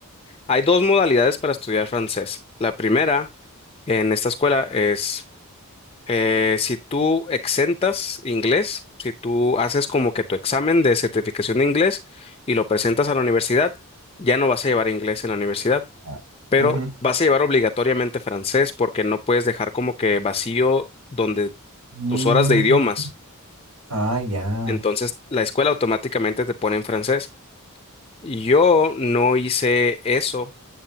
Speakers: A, on the left; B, on the right.
A: hay dos modalidades para estudiar francés. La primera en esta escuela es eh, si tú exentas inglés, si tú haces como que tu examen de certificación de inglés y lo presentas a la universidad, ya no vas a llevar inglés en la universidad,
B: ya.
A: pero
B: Ujú.
A: vas a llevar obligatoriamente francés porque no puedes dejar como que vacío donde
B: Mm,
A: tus horas de idiomas.
B: ah, ya.
A: Entonces, la escuela automáticamente te pone en francés. Yo no hice eso,